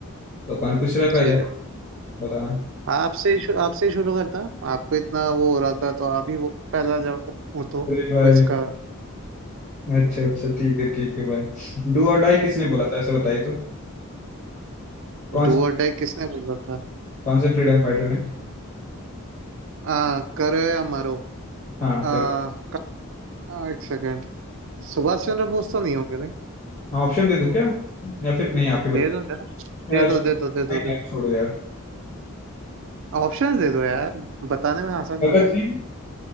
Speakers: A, on the left; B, on the right.
A: तो कौन पूछ रहा है पहले
B: ठीक है
A: बताना
B: आपसे ही शु- आपसे ही शुरू करता हूँ आपको इतना वो हो रहा था तो आप ही वो पहला जवाब वो तो क्विज
A: अरे भाई
B: का
A: अच्छा अच्छा ठीक है ठीक है भाई डू और डाई किसने बोला था ऐसे बताइए तो कौन
B: डू
A: से
B: और डाई किसने बोला था
A: कौन से फ्रीडम फाइटर ने
B: आ, करो या मरो
A: हाँ
B: आ,
A: कर
B: क- आ, एक सेकेंड सुभाष चंद्र बोस तो नहीं होंगे नहीं
A: हाँ ऑप्शन दे दूँ क्या या फिर नहीं आप ही बताइए
B: दे दो यार दे
A: यार छोड़ो
B: दो दे दो दे
A: नहीं
B: दो दे
A: यार
B: दो
A: छोड़ो यार
B: ऑप्शंस दे दो यार बताने में आसानी
A: भगत
B: हो
A: सिंह